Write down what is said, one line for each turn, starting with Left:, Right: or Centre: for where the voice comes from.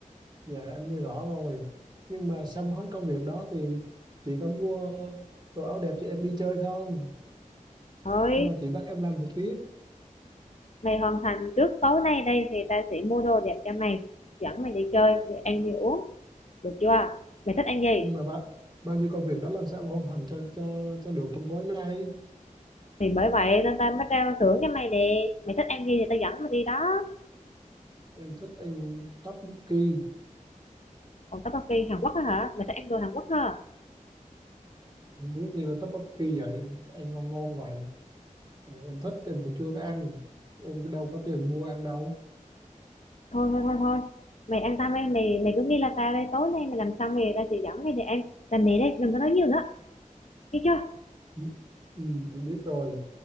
Right: Dạ em nghe rõ rồi. Nhưng mà xong hết công việc đó thì chị có mua đồ áo đẹp cho em đi chơi không?
Left: Ơi
Right: Hay là chị bắt em làm việc tiếp?
Left: Mày hoàn thành trước tối nay đây thì ta sẽ mua đồ đẹp cho mày, dẫn mày đi chơi, đi ăn đi uống, được chưa? Mày thích ăn gì?
Right: nhưng mà bạn bao nhiêu công việc đã làm sao mà hoàn thành cho cho cho được trong tối nay
Left: Thì bởi vậy nên ta mới trao thưởng cho mày nè. Mày thích ăn gì thì ta dẫn mày đi đó.
Right: em thích ăn tteokbokki
Left: Còn tteokbokki Hàn Quốc á hả? Mày thích ăn đồ Hàn Quốc hả?
Right: em biết nghe là tteokbokki vậy em ăn ngon ngon vậy Ờ, em thích em cũng chưa có ăn em đâu có tiền mua ăn đâu
Left: Thôi thôi thôi thôi. Mày ăn tao mày mày mày cứ nghĩ là tao đây tối nay mày làm xong thì ta sẽ dẫn mày đi ăn. Làm mày đây đừng có nói nhiều nữa. Đi chưa?
Right: ừ, ừ, em biết rồi